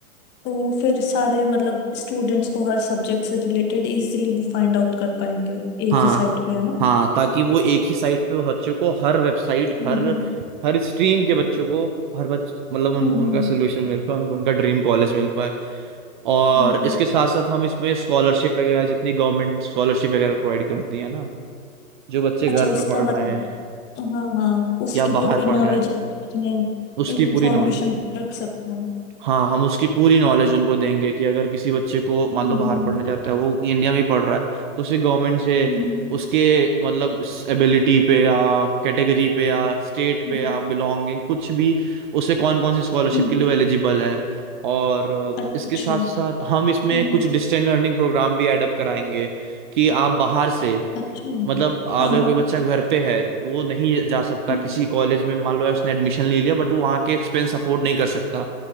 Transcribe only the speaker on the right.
हाँ
हाँ ताकि वो एक ही साइट पे बच्चों को हर वेबसाइट
हर हर स्ट्रीम के बच्चों को हर बच्चे मतलब उनको
उनका
सोल्यूशन मिल पाए उनको उनका ड्रीम कॉलेज मिल पाए और
इसके साथ साथ हम इसमें स्कॉलरशिप वगैरह जितनी गवर्नमेंट स्कॉलरशिप वगैरह प्रोवाइड कर दी है ना जो बच्चे
घर
पे पढ़
रहे हैं
या बाहर
पढ़ रहे हैं
उसकी
पूरी नॉलेज
हाँ हम उसकी पूरी नॉलेज उनको देंगे कि अगर किसी बच्चे को मान
लो बाहर
पढ़ने जाता है वो इंडिया में ही पढ़ रहा है तो उसे गवर्नमेंट से
उसके मतलब एबिलिटी पे या कैटेगरी पे या स्टेट
पे या बिलोंगिंग कुछ भी उसे कौन कौन सी स्कॉलरशिप
के लिए एलिजिबल है और
इसके साथ साथ हम इसमें
कुछ डिस्टेंस लर्निंग प्रोग्राम भी ऐड अप कराएंगे कि आप बाहर से
मतलब अगर
कोई बच्चा घर पे है तो वो नहीं जा सकता
किसी कॉलेज में मान लो है उसने एडमिशन ले लिया बट वो वहाँ के एक्सपेंस अफोर्ड नहीं कर सकता